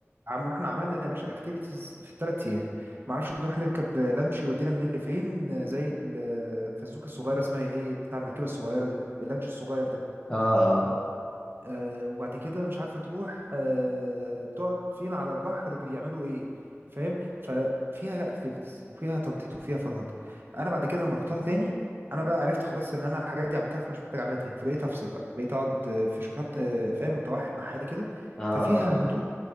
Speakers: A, on the right (about 45°); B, on the left (about 20°).
A: عم رحنا عملنا يا باشا اكتيفيتيز في الثلاث ايام ما اعرفش نروح نركب لانش يودينا منين لفين زي الفزوكه الصغيره اسمها ايه بتاع المركبه الصغيره دي اللانش الصغير ده
B: اه
A: آه، وبعد كده مش عارفة تروح آه، تقعد فين على البحر بيعملوا ايه فاهم ففيها اكتيفيتيز وفيها تنطيط وفيها فرهضة انا بعد كده لما رحتها تاني انا بقى عرفت خلاص ان انا الحاجات دي عملتها فانا مش محتاج اعملها تاني فبقيت افصل بقى بقيت اقعد آه، في شط آه، فاهم متوحد مع حالي كده
B: اه اه
A: ففيها هدوء